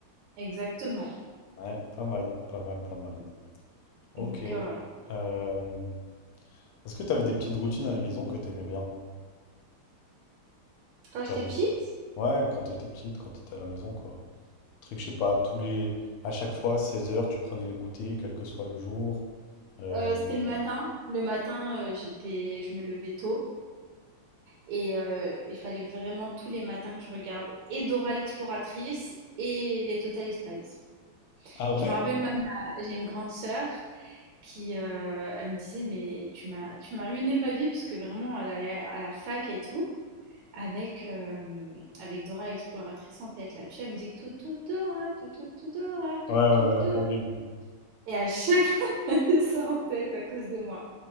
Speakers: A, on the right; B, on the left.
A: Exactement.
B: Ouais, pas mal, pas mal, pas mal. Ok.
A: Donc euh, voilà.
B: Euh, Est-ce que t'avais des petites routines à la maison que t'aimais bien?
A: Quand
B: Tu
A: j'étais
B: vois, des
A: petite,
B: Ouais, quand t'étais petite, quand t'étais à la maison, quoi. Truc, je sais pas, tous les... À chaque fois, seize heures, tu prenais le goûter, quel que soit le jour. Euh,
A: Heu, c'était
B: le-
A: le matin. Le matin, heu, j'étais je me levais tôt et heu, il fallait vraiment tous les matins que je regarde et Dora l'exploratrice et les Totally Spies.
B: Ah ouais?
A: Je me rappelle même ma j'ai une grande sœur qui, heu, elle me disait: «Mais tu m'as tu m'as ruiné ma vie» parce que vraiment elle allait à la fac et tout avec, hem, avec Dora l'exploratrice en tête là. Tu sais, la tout tout Dora, tout tout tout Dora,
B: Ouais,
A: tout
B: ouais,
A: tout Dora.
B: ouais, horrible.
A: Et à chaque fois, <laughs> elle avait ça en tête à cause de moi.